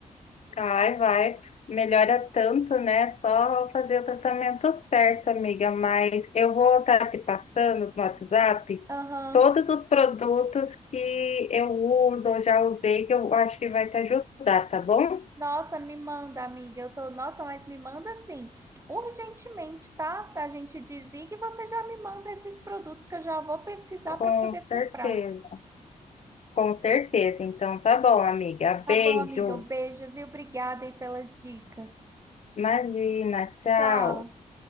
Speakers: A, on the left; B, on the right.
A: vai, vai. Melhora tanto, né? Só fazer o tratamento certo, amiga. Mas eu vou estar te passando no WhatsApp
B: Aham.
A: todos os produtos que eu uso ou já usei, que eu acho que vai te ajudar, tá bom?
B: Nossa, me manda, amiga. Eu tô, nossa, mas me manda assim, urgentemente, tá? A gente desliga e você já me manda esses produtos que eu já vou pesquisar
A: Com
B: para poder
A: certeza,
B: comprar.
A: com certeza. Então tá bom, amiga.
B: Tá
A: Beijo.
B: bom, amiga? Um beijo, viu? Obrigada aí pelas dicas.
A: Imagina, tchau.
B: Tchau.